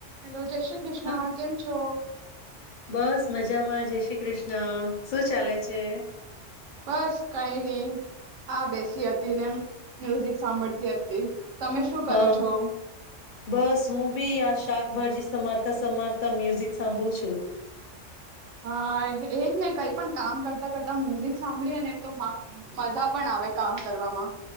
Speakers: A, on the right; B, on the left.
A: <inaudible> જય શ્રી કૃષ્ણ
B: હા
A: કેમ છો?
B: બસ મજામાં જય શ્રી કૃષ્ણ. શું ચાલે છે?
A: બસ કઈ નહીં આ બેસી હતી ને મ્યુઝિક સાંભળતી હતી. તમે શું કરો
B: હા
A: છો?
B: બસ હું બી આ શાકભાજી સમારતા સમારતા મ્યુઝિક સાંભળું છું.
A: હા એજ ને કઈ પણ કામ કરતા કરતા મ્યુઝિક સાંભળીએ ને તો મજા પણ આવે કામ કરવામાં.